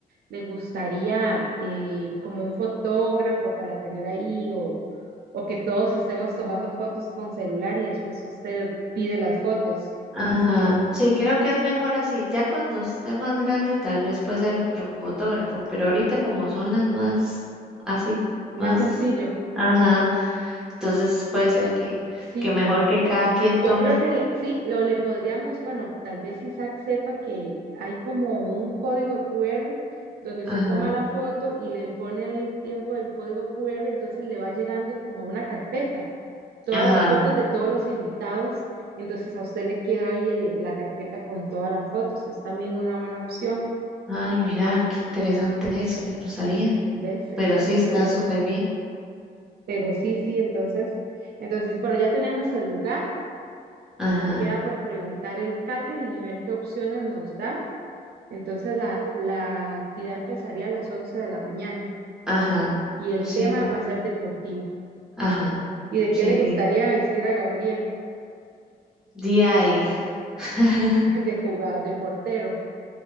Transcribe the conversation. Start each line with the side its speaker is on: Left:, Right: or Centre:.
Right: le gustaría eh, como un fotógrafo para tener ahí o, o que todos estemos tomando fotos con celular y después usted pide las fotos.
Centre: Ajá, sí, creo que es mejor así. Ya cuando esté más grande, tal vez puede ser el fo- fotógrafo, pero ahorita como son las más así,
Right: Más
Centre: más,
Right: sencillo,
Centre: ajá, entonces puede ser que,
Right: sí.
Centre: que mejor que cada quien
Right: Yo
Centre: tome.
Right: creo que el- sí, lo le podríamos, bueno, tal vez Isaac sepa que hay como un código de QR donde usted
Centre: Ajá,
Right: toma la foto y le pone el tiempo del código QR, entonces le va llegando como a una carpeta. todas
Centre: ajá.
Right: las fotos de todos los invitados. Entonces a usted le queda ahí el- la carpeta con todas las fotos. Es también una buena opción.
Centre: Ay, mira, qué interesante eso, yo no sabía,
Right: ¿Ves? Sí,
Centre: pero
Right: sí,
Centre: sí
Right: sí,
Centre: está
Right: yo lo
Centre: súper
Right: he visto.
Centre: bien.
Right: Pero sí, sí, entonces, entonces, bueno, ya tenemos el lugar.
Centre: Ajá,
Right: Nos queda por preguntar el catering y ver qué opciones nos da. Entonces la, la actividad empezaría a las 11 de la mañana
Centre: ajá,
Right: y el
Centre: sí,
Right: tema
Centre: sí,
Right: va a ser deportivo.
Centre: ajá,
Right: ¿Y de
Centre: sí,
Right: qué le gustaría
Centre: sí.
Right: vestir a Gabriel?
Centre: DI, <laughs>
Right: <laughs> De jugador, de portero.